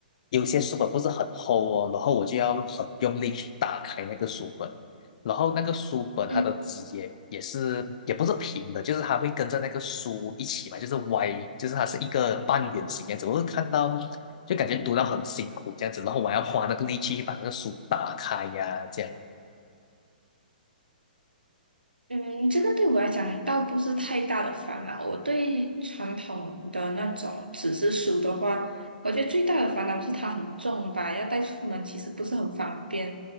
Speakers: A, on the left; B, on the right.
A: 有些书本不是很厚哦，然后我就要很用力去打开那个书本。然后那个书本它的枝叶也是也不是平的，
B: 嗯。
A: 就是它会跟着那个书一起嘛，就是歪，就是它是一个半圆形这样子。我看到就感觉读到很辛苦这样子，然后我还要花那个力气去把那个书打开呀、啊这样。
B: 嗯，这个对我来讲倒不是太大的烦恼。我对传统的那种纸质书的话，我觉得最大的烦恼是它很重吧，要带出门其实不是很方便，